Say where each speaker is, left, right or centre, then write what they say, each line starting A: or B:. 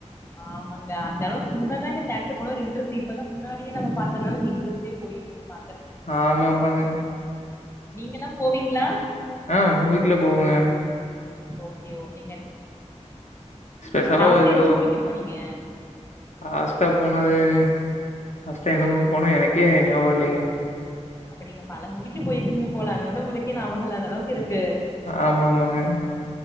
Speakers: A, on the left (about 20°); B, on the left (about 75°).
A: ஆமாங்க அந்தளவுக்கு முன்ன தான்ங்க தேட்டர் போனா ஒரு இன்ட்ரஸ்ட் இப்போ தா முன்னாடியே நம்ம பாத்ததுனால அந்த இன்டரெஸ்ட்டே போயிருதுங்க பா
B: ஆமா ஆமாங்க
A: நீங்க எல்லா போவீங்களா
B: ஆ மூவிக்கெல்லா போவங்க
A: ஓகே ஓகேங்க
B: ஸ்பெஷலா
A: லாஸ்ட
B: ஏதோ
A: எந்த மூவிக்கு போனீங்க
B: லாஸ்ட்டா போனது லாஸ்ட்டா எந்த மூவிக்கு போனோம்னு எனக்கே ஞாபகோ இல்லைங்க
A: அப்ப நீங்க பல மூவிக்கு போயிருக்கீங்க போல அதனால தா உங்களுக்கே ஞாபகோ இல்லாத அளவுக்கு இருக்கு
B: ஆமா ஆமாங்க